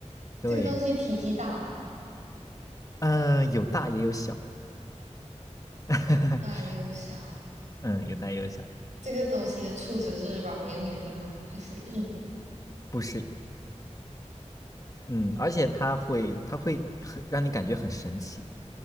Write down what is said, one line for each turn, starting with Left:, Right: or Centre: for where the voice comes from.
Left: 对，
Right: 这个东西体积大吗？
Left: 嗯，有大也有小，<laughs>
Right: 有大也有小。
Left: 嗯，有大也有小。
Right: 这个东西的触觉是软绵绵的吗？还是硬的？
Left: 不。嗯，而且它会，它会很让你感觉很神奇，